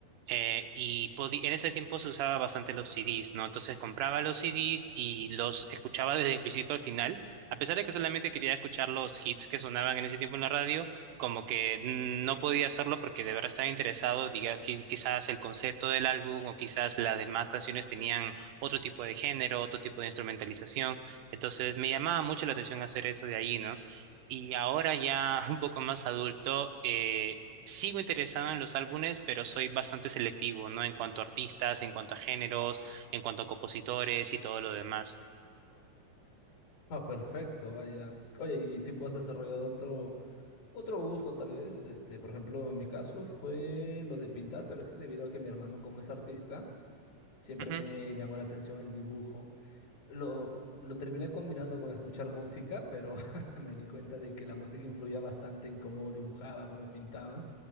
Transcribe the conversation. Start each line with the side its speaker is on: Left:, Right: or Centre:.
Right: Eh, y podi- en ese tiempo se usaba bastante los CDs, ¿no? Entonces compraba los CDs y los escuchaba desde el principio al final, a pesar de que solamente quería escuchar los hits que sonaban en ese tiempo en la radio, como que mm, no podía hacerlo porque de verdad estaba interesado, diga, qui- quizás el concepto del álbum o quizás las demás canciones tenían otro tipo de género, otro tipo de instrumentalización, entonces me llamaba mucho la atención hacer eso de ahí, ¿no? Y ahora ya <laughs> un poco más adulto, eh, sigo interesado en los álbumes, pero soy bastante selectivo, ¿no? En cuanto a artistas, en cuanto a géneros, en cuanto a compositores y todo lo demás.
Left: Ah, perfecto, vaya. Oye, y tipo has desarrollado otro, otro gusto tal vez. Este, por ejemplo, en mi caso fue lo de pintar, pero es que debido a que mi hermano, como es artista, siempre
Right: Ujú,
Left: me llamó la atención el dibujo. Lo, lo terminé combinando con escuchar música, pero <laughs> me di cuenta de que la música influía bastante en cómo dibujaba, cómo pintaba,